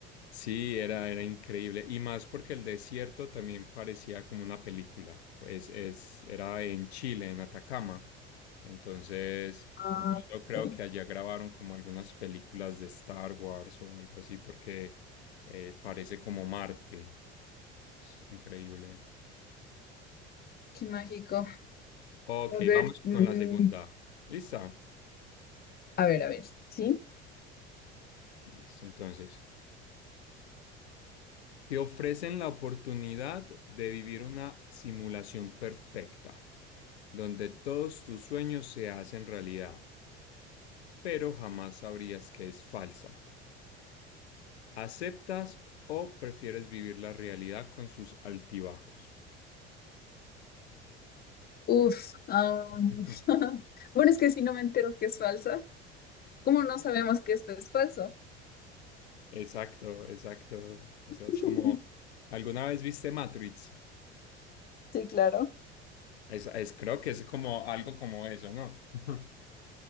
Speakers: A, on the left; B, on the left.
A: Sí, era, era increíble. Y más porque el desierto también parecía como una película. Pues es, era en Chile, en Atacama. Entonces,
B: Ah,
A: yo creo
B: ok.
A: que allá grabaron como algunas películas de Star Wars o algo así, porque eh, parece como Marte. Es increíble.
B: Qué mágico.
A: Ok,
B: A ver,
A: vamos
B: mm,
A: con la segunda. ¿Lista?
B: a ver, a ver, ¿sí?
A: Listo, entonces, te ofrecen la oportunidad de vivir una simulación perfecta, donde todos tus sueños se hacen realidad, pero jamás sabrías que es falsa. ¿Aceptas o prefieres vivir la realidad con sus altibajos?
B: Uf, am,
A: <laughs>
B: <laughs> bueno, es que si no me entero que es falsa, ¿cómo no sabemos que esto es falso?
A: Exacto, exacto. Esa
B: <laughs>
A: es como, ¿alguna vez viste Matrix?
B: Sí, claro.
A: Es, es- creo que es como algo como eso, ¿no? <laughs>